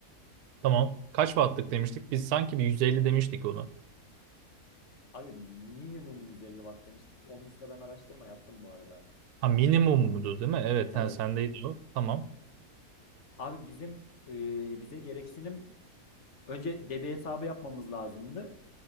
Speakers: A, on the right; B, on the left.
A: Tamam. Kaç wattlık demiştik? Biz sanki bir 150 demiştik onu.
B: Abi minimum 150 watt demiştik. Onun üstüne ben araştırma yaptım bu arada.
A: Ha minimum muydu değil mi? Evet
B: Evet.
A: ha, sendeydi o. Tamam.
B: Abi bizim e, bize gereksinim önce debi hesabı yapmamız lazımdı.